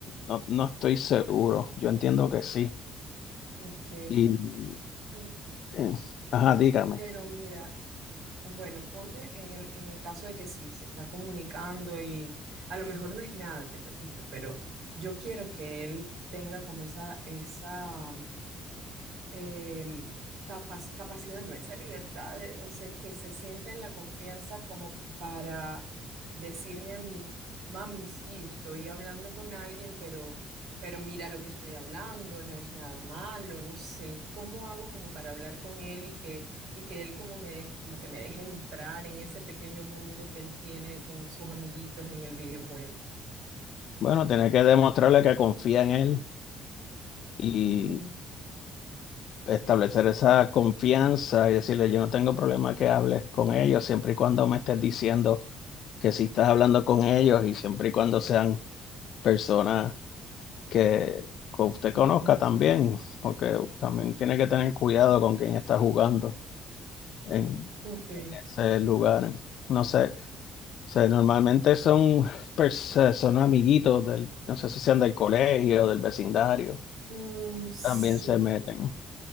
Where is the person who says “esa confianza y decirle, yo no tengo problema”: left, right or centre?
Left